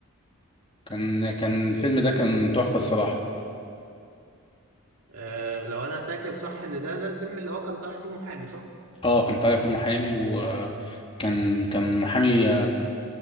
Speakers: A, on the left; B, on the right.
A: كان كان الفيلم ده كان تحفة الصراحة
B: آه، لو انا فاكر صح ان ده ده الفيلم اللي هو كان طالع فيه محامي صح
A: اه كان طالع في محامي وكان كان محامي